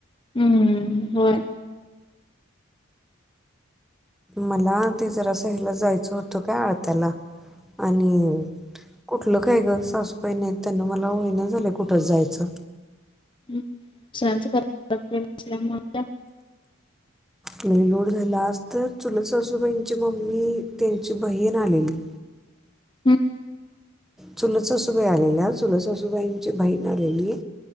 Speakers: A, on the left; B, in the centre.
A: हम्म होय.
B: मला ते जरास हेला जायचं होतं काय आळत्याला आणि कुठलं काय गं सासूबाई नाहीत, त्यान मला होईना झालंय कुठंच जायचं.
A: हम् सर्च करत असतील त्याच्यामुळं काय
B: लय लोड झालं आजतर चुलत सासूबाईंची मम्मी त्यांची बहीण आलेली.
A: हम्
B: चुलच सासूबाई आलेल्या चुलत सासूबाईंची बहीण आलेली